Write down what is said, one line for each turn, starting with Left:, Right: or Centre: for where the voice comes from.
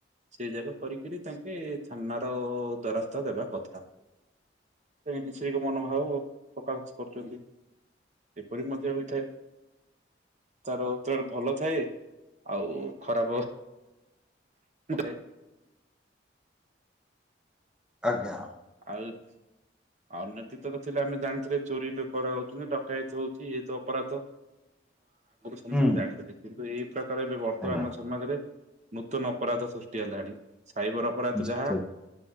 Right: ସେଇ ଯାଗ କରିକରି ତାଙ୍କେ ଛନ୍ନ <unintelligible> ଦ୍ଵାରସ୍ ଦେବା କଥା କିଛି ମନଭାବ ପ୍ରକାଶ କରୁଛନ୍ତି ଏପରି ମଧ୍ୟ ହେଥାଏ ତାର ତ ଭଲ ଥାଏ ଆଉ ଖରାପଥାଏ।
Centre: ଆଜ୍ଞା।
Right: ଆଉ। ଉ ଅତି ତ ଥିଲେ ଆମେ ଜାଣିଥିଲେ ଚୋରିରେ କରାହଉଛୁ ଡକାୟତ ହଉଛି ଏତ ଅପରାଧ। ସମସ୍ତେ
Centre: ହୁଁ
Right: ଜାଣିଥିଲେ କିନ୍ତୁ ଏ। ଏବେ ବର୍ତ୍ତମାନ
Centre: ଆଜ୍ଞା
Right: ସମାଜରେ। ନୂତନ ଅପରାଧ ସୃଷ୍ଟି ହେଲା ଏଠି। ସାଇବର ଅପରାଧ
Centre: ନିଶ୍ଚୟ
Right: ଯାହା